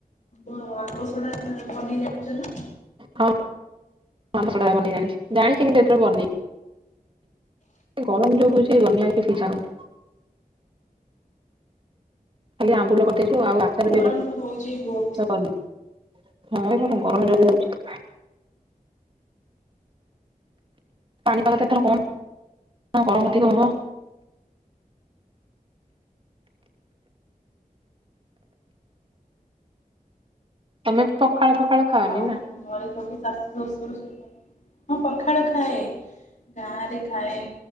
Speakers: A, on the left; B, on the right.
A: ଆମ୍ବ ଆବ ସଡା ବନେଇ ଜାଣିଛ ନା?
B: ହଁ। ଆମ୍ବ ସଡା ବନେଇ ଜାଣିଛି ଜାଣିଛି କିନ୍ତୁ ଏଥର ବନି ଗରମ ଯୋଗ ହଉଛି ବନାଇବାକୁ କିଛି ଇଛା ହଉନି। ଖାଲି ଆମ୍ବୁଲ କରିଦେଇଛୁ ଆଉ ଆଚାର
A: ଗରମ
B: ବ୍ୟବସ୍ଥା
A: ତ ହଉଛି ବହୁତ।
B: କ <unintelligible> ହଁ ଏଇ କଣ ଗରମ ଯଦି ହଉଛି। ପାଣି ପାଗ ତ ଏଥର କଣ ଗରମ ଅଧିକ ହବ। ତମେ ପଖାଳ ପଖାଳ ଖାଅନି
A: ଆଉ
B: ନା।
A: ଘରେ ସବୁ ଶାଶୁ ଶଶୁର ସେମାନେ ହଁ ପଖାଳ ଖାଏ ଗାଁ ରେ ଖାଏ